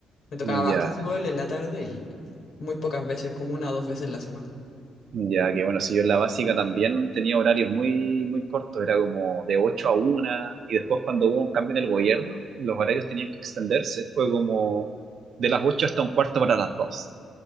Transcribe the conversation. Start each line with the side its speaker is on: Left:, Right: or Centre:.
Left: Me tocaba
Right: Ya.
Left: básquetbol en la tarde y muy pocas veces, como una o dos veces la semana.
Right: Ya que bueno, si yo en la básica también tenía horarios muy, muy cortos, era como de 8 a una y después cuando hubo un cambio en el gobierno, los horarios tenían que extenderse, fue como de las 8 hasta un cuarto para las dos